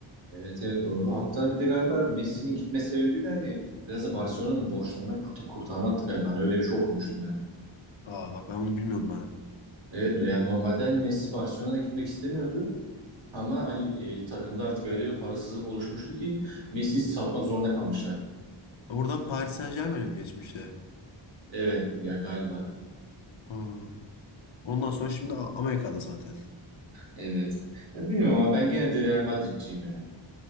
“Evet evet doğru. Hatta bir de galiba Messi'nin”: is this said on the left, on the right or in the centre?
Right